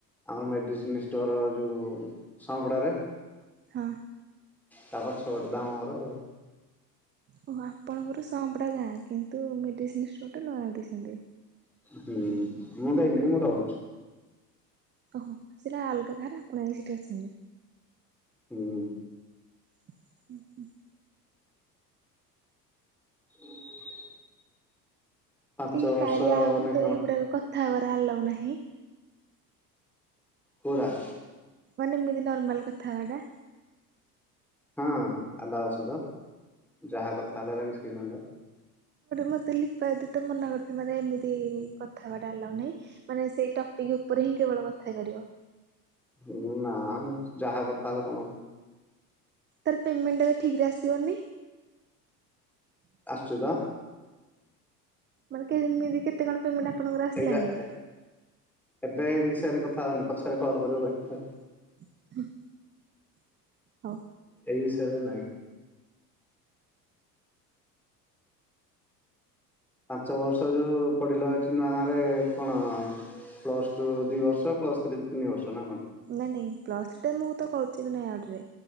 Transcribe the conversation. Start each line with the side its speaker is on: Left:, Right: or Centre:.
Centre: ଆମର ମେଡିସିନ ଷ୍ଟୋର ଯୋଉ ସାଆପଡାରେ।
Right: ହଁ।
Centre: ତାପ ସଟ ଦାମ ଘର ଆ।
Right: ଓ ଆପଣଙ୍କର ସମ୍ପଡା ଗାଁ କିନ୍ତୁ ମେଡିସିନ ଷ୍ଟୋର ଟା ନୁଆ ଦେଇଛନ୍ତି।
Centre: ହୁଁ ମୁଁ ଯାଇନହିଁ ମୁଁ ରହୁଛି।
Right: ଓହୋ ସେଟା ଅଲଗା କାାରେ ଆପଣ ଯାଇି ସେଠି ଅଛନ୍ତି।
Centre: ହୁଁ।
Right: ହୁଁ ହୁଁ।
Centre: <inaudible> ପାଞ୍ଚ
Right: ଏଇ
Centre: ବର୍ଷ
Right: କାରିଆ ଆପ
Centre: ମାନେ
Right: ରେ ତ
Centre: କଣ
Right: ଏଇଗୁଡାକ କଥା। ୟା ପରା ଆଲାଉ ନାହିଁ।
Centre: କୋଉ ରା।
Right: ମାନେ ଏମିତିିନର୍ମାଲ କଥା ହବା ଟା।
Centre: ହଁ ଆଲାଉ ଅଛିତ ଯାହା କଥା ହେଲା ବା କିଛି ନାଇତ।
Right: ମତେ ଲିପାଦି ତ ମନା କରି ଥି ମାନେ ଏମିତି କଥା ହେବାଟା ଆଲାଓ ନାହିଁ ମାନେ ସେଇ ଟପିକ ଉପରେ ହିଁ କେବଳ କଥା ହେଇପାରିବ।
Centre: ହଁ ନା ଯାହା କଥା ହେଲେ କଣ?
Right: ତାରେ ପେମେଣ୍ଟ ଟା ବି ଠିକ ରେ ଆସିବନି
Centre: ଅଶୁଚି ତ।
Right: ମାନେ କେମିତି କେତେ କଣ? ପେମେଣ୍ଟ ଆପଣଙ୍କର ଆସିଲାଣି
Centre: ଏଇଟା
Right: ଏବେ?
Centre: ଏ ଏବେ ଏଇ ବିଷୟରେ କଥା। ଥାଉ ପଛରେ କଲ କରିଵ କ।
Right: <unintelligible> ହଉ
Centre: ଏ ବିସୟ ରେ ନାହିଁ। ପାଞ୍ଚ ବର୍ଷ ଯୋଉ ପଢିଲା ଏଠି ନୁଆ ଗାଁ ରେ କଣ ପ୍ଲସ ଟୁ ଦି ବର୍ଷ ପ୍ଲସ ଥ୍ରୀ ତିନି ବର୍ଷ ନା କଣ?
Right: ନାଇଁ ନାଇଁ ପ୍ଲସଥ୍ରୀ ମୁଁ ତ କରୁଚି ତ ୟାଡେ ରେ